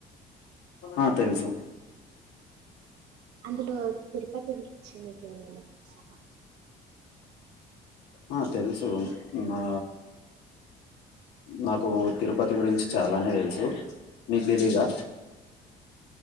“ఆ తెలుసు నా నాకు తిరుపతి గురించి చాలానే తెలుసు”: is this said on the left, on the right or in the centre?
Left